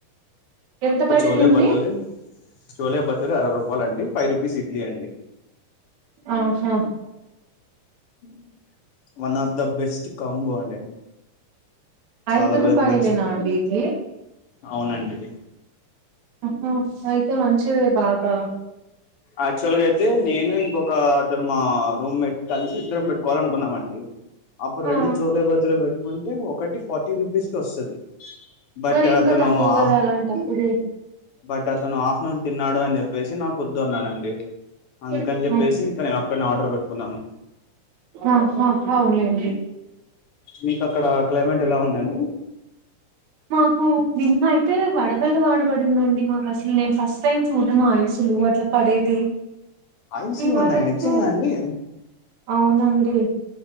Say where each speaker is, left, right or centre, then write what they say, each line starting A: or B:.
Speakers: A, on the right; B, on the left.
A: ఎంత
B: ఒక
A: పడిందండి
B: చోలే బతూరి చోలే బతూరె అరవై రూపాలండి ఫైవ్ రూపీస్ ఇడ్లీ అండి
A: ఆహా
B: <inaudible> one of the best combo అండి చాలా
A: ఐదు రూపాయలేనా
B: బ మంచి
A: అండి ఇడ్లీ
B: అవునండి
A: ఆహా అయితే మంచిదె బాగా
B: అచువల్ గైతే నేను ఇంకొకా అతన్ మా రూమ్మెట్ కలిసి ఇద్దరం పెట్టుకోవాలనుకున్నామ్ అండి అప్పుడు
A: ఆ
B: రెండు చోలే బతురే పెట్టుకుంటే ఒకటి ఫార్టీ రూపీస్కి ఒస్తది బట్
A: మరి ఇంకా
B: అతను
A: తక్కువ కదా
B: ఆహ్
A: అలాంటప్పుడు
B: బట్ అతను ఆఫ్నూన్ న్నాడు అని చెప్పేసి నాకు ఒద్ నండండి
A: ఓకే
B: అందుకని చెప్పేసి ఇంక నేనోక్కన్ని ఆర్డర్ పెట్టుకున్నాను
A: ఆహా అవునులేండి
B: మీకక్కడా క్లైమేట్ ఎలా ఉందండి
A: మాకు నిన్న అయితే వడగల్ల వానబడిందండి మాకసలే నేన్ ఫస్ట్ టైం చూడ్డం ఆయిసులు అట్లా పడేది
B: ఐసులు
A: ఇవాళ
B: ఉన్నాయ
A: అయితే
B: నిజ్జంగా అండి
A: అవునండి